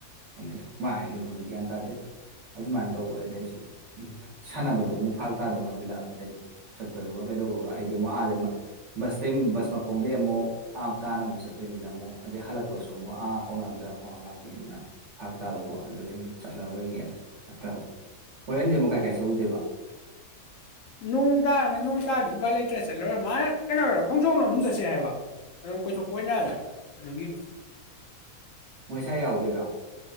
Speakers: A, on the right (about 55°); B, on the left (about 70°).
A: ꯈꯪꯗꯦ ꯀꯃꯥꯏꯅ ꯍꯥꯏꯗꯣꯏꯅꯣ ꯈꯪꯗꯦ ꯒ꯭ꯌꯥꯟ ꯇꯥꯗꯦ ꯑꯗꯨꯃꯥꯏꯅ ꯇꯧꯕ ꯑꯗꯩꯁꯤ ꯎꯝ ꯁꯥꯟꯅꯕꯗꯣ ꯑꯃꯨꯛ ꯐꯥꯔꯛ ꯇꯥꯗꯧ ꯃꯥꯟꯁꯤꯜꯂꯛꯑ ꯑꯗꯩ ꯆꯠꯄꯗꯨꯒ ꯀꯩꯗꯧꯕꯒ ꯑꯩꯗꯤ ꯑꯃꯨꯛ ꯑꯥꯗꯩ ꯕꯁꯇꯩ ꯕꯁ ꯃꯈꯣꯡꯗꯩ ꯑꯃꯨꯛ ꯑꯥ ꯇꯥꯅ ꯑꯃꯨꯛ ꯆꯠꯇꯣꯏꯅꯤꯅ ꯑꯃꯨꯛ ꯑꯗꯩ ꯍꯜꯂꯛꯄꯁꯨ ꯑꯃꯨꯛ ꯑꯥ ꯄꯥꯎꯅꯥ ꯕꯖꯥꯔ ꯐꯥꯎꯔ ꯂꯥꯛꯇꯣꯏꯅꯤꯅ ꯐꯥꯔꯛ ꯇꯥꯗꯣ ꯑꯗꯨ ꯆꯠꯂꯕꯩꯒꯤ ꯆꯠꯇ꯭ꯔꯕ ꯐꯣꯔꯦꯟꯗꯤ ꯑꯃꯨꯛ ꯀꯥꯏꯥꯏ ꯁꯧꯗꯦꯕ
B: ꯅꯣꯡ ꯇꯥꯔꯝꯅꯤꯟ ꯅꯣꯡ ꯇꯥꯔꯗ ꯎꯄꯥꯥꯏ ꯂꯩꯇ꯭ꯔꯦ ꯆꯠꯂꯔ ꯃꯥꯅ ꯀꯩꯅ ꯑꯣꯏꯔꯣ ꯈꯣꯡꯖꯣꯝ ꯂꯣꯝ ꯆꯠꯁꯦ ꯍꯥꯏꯕ ꯑꯗꯨꯝ ꯀꯣꯏꯊꯣꯛꯄ ꯑꯣꯏꯅꯗ ꯑꯗꯨꯒꯤ
A: ꯃꯣꯏꯁꯥꯏ ꯌꯥꯎꯗꯣꯏꯔꯥ